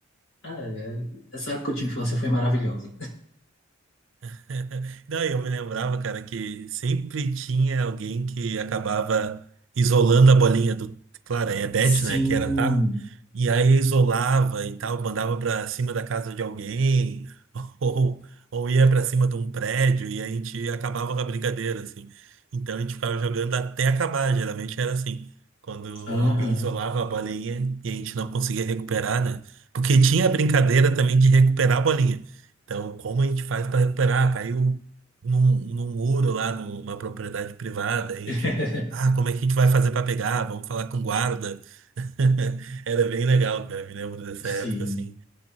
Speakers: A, on the left; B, on the right.
A: Ah, é- essa época de infância foi maravilhosa.
B: <laughs> Não, eu me lembrava, cara, que sempre tinha alguém que acabava isolando a bolinha do. Claro, aí é bet,
A: Sim.
B: né? Que era tá. E aí isolava e tal, mandava pra cima da casa de alguém, <laughs> ou, ou ia pra cima de um prédio, e aí a gente acabava com a brincadeira, assim. Então a gente ficava jogando até acabar, geralmente era assim. Quando
A: Aham.
B: alguém isolava a bolinha e a gente não conseguia recuperar, né? Porque tinha a brincadeira também de recuperar a bolinha. Então, como a gente faz para recuperar? Caiu num, num muro lá numa propriedade privada, a gente,
A: <laughs>
B: ah, como é que a gente vai fazer para pegar? Vamos falar com guarda. <laughs> Era bem legal, cara, me lembro dessa
A: Sim.
B: época assim.